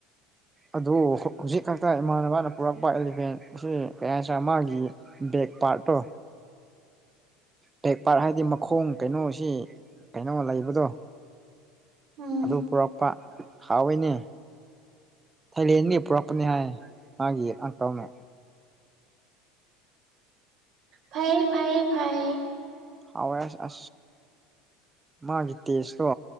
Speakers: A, on the right (about 20°); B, on the right (about 55°).
A: ꯑꯗꯨ ꯍꯧꯖꯤꯛ ꯈꯛꯇ ꯏꯃꯥꯟꯅꯕꯅ ꯄꯨꯔꯛꯄ ꯑꯦꯂꯤꯐꯦꯟ ꯑꯁꯤ ꯀꯌꯥ ꯍꯥꯏ ꯆ ꯃꯥꯒꯤ ꯕꯒ ꯄꯥꯔꯠꯇꯣ ꯇꯦꯛ ꯄꯥꯔ ꯍꯥꯏꯗꯤ ꯃꯈꯣꯡ ꯀꯩꯅꯣꯁꯤ ꯀꯩꯅꯣ ꯂꯩꯕꯗꯣ
B: ꯎꯝ
A: ꯑꯗꯨ ꯄꯨꯔꯛꯄ ꯍꯥꯎꯋꯏꯅꯦ ꯊꯥꯏꯂꯦꯟꯒꯤ ꯄꯨꯔꯛꯄꯅꯤ ꯍꯥꯏ ꯃꯥꯒꯤ ꯑꯪꯀꯜꯅ
B: ꯐꯌꯦ ꯐꯥꯏ ꯐꯥꯏ
A: ꯍꯋꯥꯋꯏ ꯑ ꯃꯥꯒꯤ ꯇꯦꯁꯇꯣ